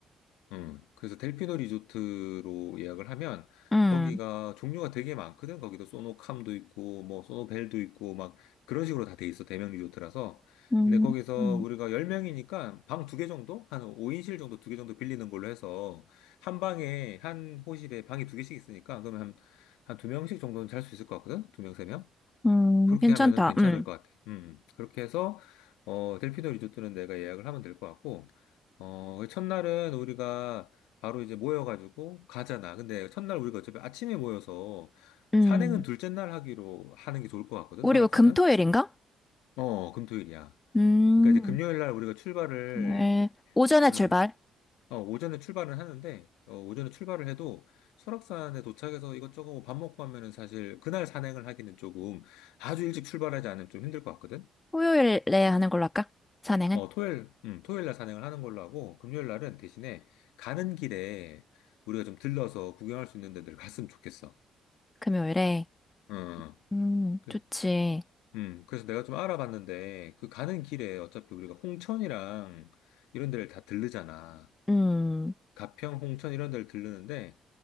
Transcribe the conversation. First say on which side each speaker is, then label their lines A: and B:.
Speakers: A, on the left; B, on the left.
A: 음, 그래서 델피노 리조트로 예약을 하면
B: 음,
A: 거기가 종류가 되게 많거든. 거기도 소노캄도 있고 뭐 소노벨도 있고 막 그런 식으로 다 돼 있어. 대명 리조트라서.
B: 음,
A: 근데 거기서
B: 음,
A: 우리가 10명이니까 방 두 개 정도? 한 5인실 정도 두 개 정도 빌리는 걸로 해서 한 방에 한 호실에 방이 두 개씩 있으니까 그러면 한, 한 두 명씩 정도는 잘 수 있을 것 같거든. 두 명, 세 명.
B: 음,
A: 그렇게
B: 괜찮다.
A: 하면은 괜찮을
B: 음,
A: 것 같아. 음, 그렇게 해서, 어, 델피노 리조트는 내가 예약을 하면 될 것 같고, 어, 그 첫날은 우리가 바로 이제 모여가지고 가잖아. 근데 첫날 우리가 어차피 아침에 모여서
B: 음.
A: 산행은 둘째 날 하기로 하는 게 좋을 것 같거든,
B: 우리
A: 설악산은?
B: 뭐 금토일인가?
A: 어, 금토일이야.
B: 음,
A: 그러니까 이제 금요일 날 우리가 출발을,
B: 금요일. 오전에
A: 음,
B: 출발.
A: 어, 오전에 출발을 하는데, 어, 오전에 출발을 해도 설악산에 도착해서 이것저것 밥 먹고 하면은 사실 그날 산행을 하기는 조금 아주 일찍 출발하지 않으면 좀 힘들 것 같거든?
B: 토요일에 하는 걸로 할까? 산행은?
A: 어, 토요일, 음, 토요일 날 산행을 하는 걸로 하고, 금요일 날은 대신에 가는 길에 우리가 좀 들러서 구경할 수 있는 데들 갔으면 좋겠어.
B: 금요일에.
A: 응. 응.
B: 음,
A: 그,
B: 좋지.
A: 음, 그래서 내가 좀 알아봤는데, 그 가는 길에 어차피 우리가 홍천이랑 이런 데를 다 들르잖아.
B: 음,
A: 가평, 홍천 이런 데를 들르는데,